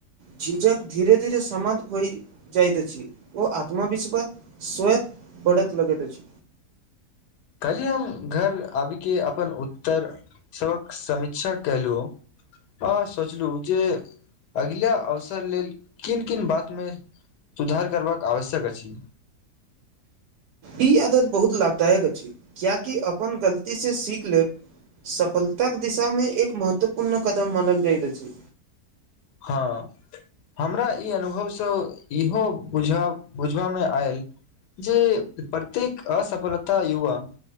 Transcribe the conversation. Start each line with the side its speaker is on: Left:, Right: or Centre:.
Right: झिझक धीरे - धीरे समाप्त होइ जाइत अछि ओ आत्मविश्वत स्वयत बढ़त लगैत अछि
Left: कल्हि हम घर आबि के अपन उत्तर सभक समीक्षा कैलुओ हॅं सोचलू जे अगिला अवसर लेल किन- किन बात मे सुधार करबाक आवश्यक अछि
Right: ई आदत बहुत लाभदायक अछि कियाकि अपन गलती से सीख लेब सफलताक दिशामे एक महत्वपूर्ण कदम मानल जाइत अछि
Left: हँ हमरा ई अनुभवसँ इहो बुझब बुझबामे आयल जे प्रत्येक असफलता युवा